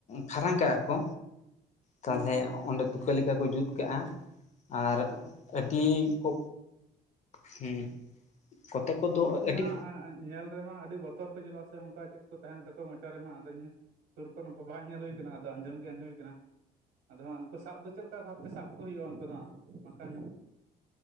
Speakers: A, on the left; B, on the right.
A: ᱠᱷᱟᱨᱟᱝ ᱠᱟᱜᱼᱟ ᱠᱚ, ᱛᱟᱦᱚᱞᱮ
B: ᱦᱩᱸ ᱦᱩᱸ
A: ᱚᱸᱰᱮ ᱛᱩᱠᱟᱹ ᱞᱮᱠᱟ ᱠᱚ ᱡᱩᱛ ᱠᱟᱜᱼᱟ ᱟᱨ ᱟᱹᱰᱤ
B: ᱟᱫᱚ
A: ᱠᱚ ᱦᱩᱸ ᱠᱚᱛᱮᱜ ᱠᱚᱫᱚ
B: ᱟᱫᱚ ᱩᱱᱠᱩ
A: ᱟᱹᱰᱤ
B: ᱢᱟ ᱦᱟᱸᱜ ᱧᱮᱞ ᱨᱮᱢᱟ ᱟᱹᱰᱤ ᱵᱚᱛᱚᱨ ᱠᱚ ᱧᱮᱞᱚᱜᱼᱟ ᱥᱮ ᱚᱱᱠᱟ ᱪᱮᱫ ᱠᱚ ᱛᱟᱦᱮᱱ ᱛᱟᱠᱚᱣᱟ ᱢᱚᱪᱟ ᱨᱮᱦᱚᱸ ᱟᱫᱚᱧ ᱼᱼ ᱥᱩᱨ ᱠᱷᱚᱱ ᱱᱩᱠᱩ ᱵᱟᱝ ᱧᱮᱞ ᱦᱩᱭ ᱟᱠᱟᱱᱟ, ᱟᱫᱚ ᱟᱸᱡᱚᱢ ᱜᱮ ᱟᱸᱡᱚᱢ ᱦᱩᱭ ᱠᱟᱱᱟ᱾ ᱟᱫᱚ ᱦᱟᱸᱜ ᱩᱱᱠᱩ ᱥᱟᱵ ᱫᱚ ᱪᱮᱫ ᱞᱮᱠᱟ ᱵᱷᱟᱵᱽᱛᱮ ᱥᱟᱵ ᱠᱚ ᱦᱩᱭᱩᱜᱼᱟ ᱩᱱᱠᱩ ᱫᱚ ᱦᱟᱸᱜ ᱵᱟᱠᱷᱟᱱ